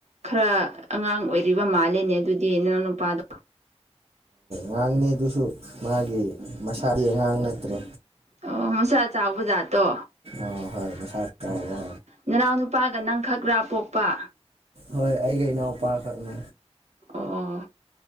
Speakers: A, on the right (about 80°); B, on the right (about 65°).
A: ꯈꯔ ꯑꯉꯥꯡ ꯑꯣꯏꯔꯤꯕ ꯃꯥꯜꯂꯦꯅꯦ ꯑꯗꯨꯗꯤ ꯅꯅꯎ ꯅꯨꯄꯥꯗꯣ
B: ꯑꯉꯥꯡꯅꯦ ꯑꯗꯨꯁꯨ ꯃꯥꯒꯤ ꯃꯁꯥꯗꯤ ꯑꯉꯥꯡ ꯅꯠꯇ꯭ꯔꯦ
A: ꯑꯣ ꯃꯁꯥ ꯆꯥꯎꯕ ꯖꯥꯠꯇꯣ
B: ꯑꯥ ꯍꯣꯏ ꯃꯁꯥ ꯆꯥꯎꯕ
A: ꯅꯅꯥꯎ ꯅꯨꯄꯥꯒ ꯅꯪ ꯈꯛꯔꯥ ꯄꯣꯛꯄ
B: ꯍꯣꯏ ꯑꯩꯒ ꯏꯅꯥꯎꯄꯥꯈꯛꯅꯦ
A: ꯑꯣ